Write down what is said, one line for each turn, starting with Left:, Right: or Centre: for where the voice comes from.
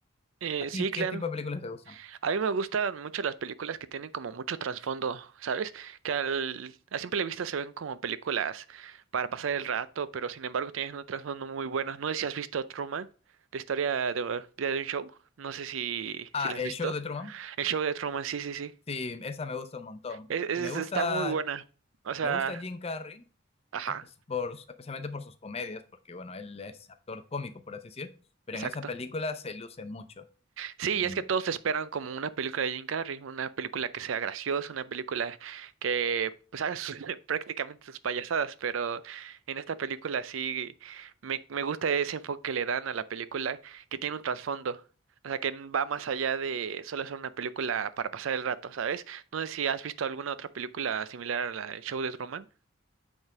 Right: Eh,
Left: ¿a ti
Right: sí,
Left: qué
Right: claro.
Left: tipo de películas te gustan?
Right: A mí me gustan mucho las películas que tienen como mucho trasfondo, ¿sabes? Que al, a simple vista se ven como películas para pasar el rato, pero sin embargo tienen un trasfondo muy bueno. No sé si has visto Truman, la historia de vida de un show. No sé si,
Left: Ah,
Right: si la
Left: El
Right: has visto.
Left: Show de Truman.
Right: El show de Truman, sí, sí, sí.
Left: Sí, esa me gusta un montón.
Right: Es, es-
Left: Me gusta,
Right: está muy buena. O sea,
Left: me gusta Jim Carrey,
Right: ajá,
Left: espe- por- especialmente por sus comedias, porque, bueno, él es actor cómico, por así decir, pero
Right: exacto.
Left: en esa película se luce mucho.
Right: Sí,
Left: Mm,
Right: y es que todos esperan como una película de Jim Carrey, una película que sea graciosa, una película que pues haga sus- <laughs> prácticamente sus payasadas, pero en esta película sí me, me gusta ese enfoque que le dan a la película, que tiene un trasfondo, o sea, que va más allá de solo ser una película para pasar el rato, ¿sabes? No sé si has visto alguna otra película similar a la del Show de Truman.